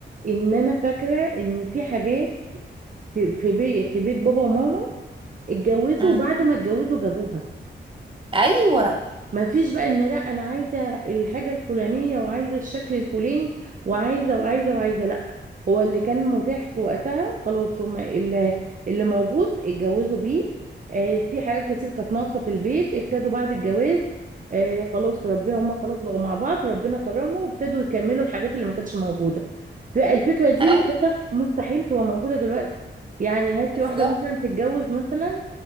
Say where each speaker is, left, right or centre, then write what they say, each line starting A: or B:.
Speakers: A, on the right; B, on the right.
A: إن أنا فاكرة إن في حاجات في في بيت في بيت بابا وماما اتجوزوا
B: مم.
A: وبعد ما اتجوزوا جابوها
B: ايوه
A: ما فيش بقى ان لا انا عايزه الحاجه الفلانيه وعايزه الشكل الفلاني وعايزه وعايزه وعايزه لا هو اللي كان متاح في وقتها خلاص هما اللي اللي موجود اتجوزوا بيه آه في حاجات كتير كانت ناقصه في البيت ابتدوا بعد الجواز آه خلاص ربنا هما خلاص بقوا مع بعض ربنا كرمه وابتدوا يكملوا الحاجات اللي ما كانتش موجوده فالفكره دي
B: ايوه
A: للاسف مستحيل تبقى موجوده دلوقتي يعني هاتي
B: بالظبط
A: واحده مثلا تتجوز مثلا